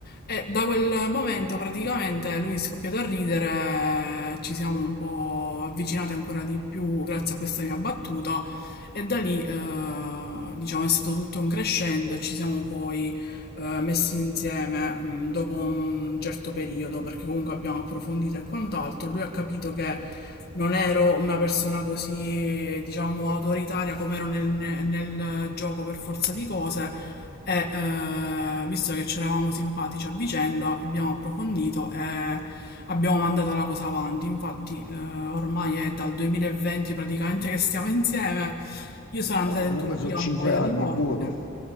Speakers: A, on the left (about 50°); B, on the left (about 80°).
A: e da quel momento praticamente lui è scoppiato a ridere, ci siamo un po' avvicinati ancora di più grazie a questa mia battuta e da lì eh, diciamo è stato tutto un crescendo e ci siamo poi eh, messi insieme mh, dopo un certo periodo, perché comunque abbiamo approfondito e quant'altro, lui ha capito che non ero una persona così, diciamo, autoritaria come ero nel, nel gioco per forza di cose. E eh, visto che c'eravamo simpatici a vicenda, abbiamo approfondito e abbiamo mandato la cosa avanti. Infatti, eh, ormai è dal 2020 praticamente che stiamo insieme. Io sono andata
B: No, comunque
A: in Turchia
B: sono cinque
A: un paio
B: anni,
A: di volte.
B: buono.